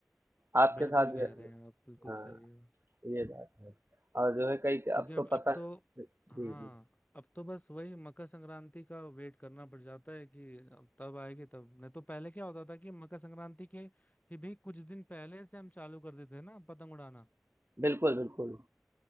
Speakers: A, on the right; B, on the left.
A: आपके
B: बिल्कुल
A: साथ भी
B: कह रहे हैं आप बिल्कुल
A: हाँ
B: सही है
A: ये बात है और जो है कई
B: क्योंकि
A: अब
B: अब
A: तो पतंग
B: अब तो हाँ
A: जी जी
B: अब तो बस वही मकर संक्रांति का वेट करना पड़ जाता है कि अब तब आएगी तब नहीं तो पहले क्या होता था कि मकर संक्रांति के ही भी कुछ दिन पहले से हम चालू कर देते हैं ना पतंग उड़ाना
A: बिल्कुल बिल्कुल